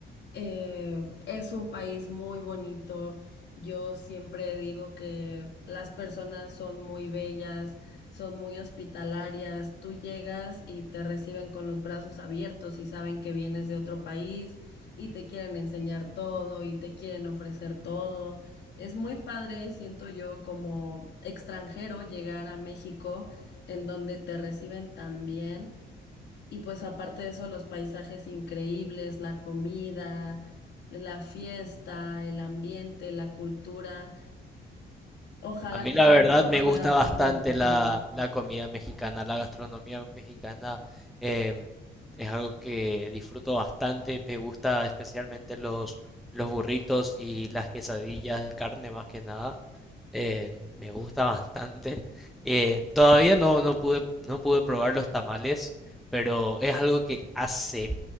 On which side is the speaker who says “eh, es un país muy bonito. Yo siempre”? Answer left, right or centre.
Left